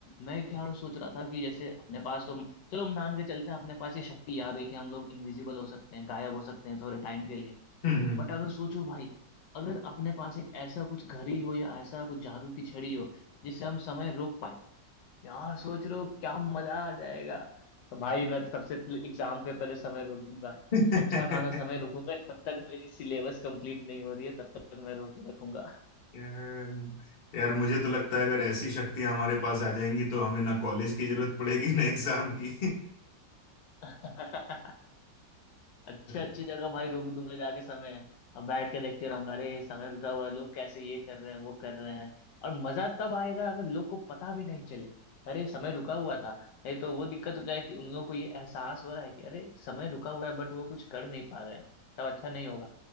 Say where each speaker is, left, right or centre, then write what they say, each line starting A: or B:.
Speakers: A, on the left (about 75°); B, on the left (about 40°).
A: मैं क्या सोच रहा था कि जैसे अपने पास तो चलो हम मान के चलते हैं अपने पास ये शक्ति आ गई कि हम लोग इनविजिबल हो सकते हैं गायब हो सकते हैं थोड़े टाइम के लिए
B: हम्म
A: बट अगर सोचो भाई अगर अपने पास एक ऐसा कुछ घड़ी हो या ऐसा कुछ जादू की छड़ी हो जिससे हम समय रोक पाए यार सोच रहे हो क्या मजा आ जाएगा तो भाई मैं तो सबसे पहले एग्जाम के पहले समय रोक दूंगा
B: हम्म।
A: अच्छा खासा
B: <laughs>
A: समय रुकूंगा जब तक मेरी सिलेबस कंप्लीट नहीं हो रही है तब तक मैं रोक के रखूंगा
B: यार यार मुझे तो लगता है अगर ऐसी शक्तियां हमारे पास आ जाएंगी तो हमें ना कॉलेज की जरूरत पड़ेगी ना एग्जाम की
A: <laughs> अच्छे
B: <laughs>
A: अच्छे जगह भाई रोक दूंगा जाके समय अब बैठ के देखते रहूंगा अरे समय रुका हुआ है लोग कैसे ये कर रहे हैं वो कर रहे हैं और मजा तब आएगा अगर लोग को पता भी नहीं चले अरे समय रुका हुआ था नहीं तो वो दिक्कत हो जाए कि उन लोग को ये एहसास हो रहा है कि अरे समय रुका हुआ है बट वो कुछ कर नहीं पा रहे हैं तब अच्छा नहीं होगा